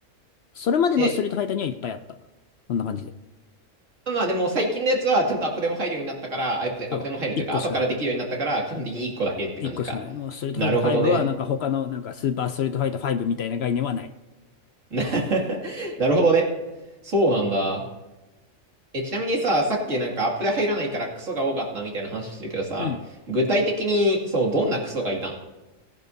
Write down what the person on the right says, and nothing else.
え、
まあでも最近のやつはちゃんとアップデも入るようになったから、アップ、
アップデも入るというか、
後からできるようになったから、基本的に1個だけって感じか。
なるほどね。な <laughs> なるほどね。そうなんだ。え、ちなみにさ、さっきなんかアップデ入らないからクソが多かったみたいな話してるけどさ、
具体的に、そう、どんなクソがいたの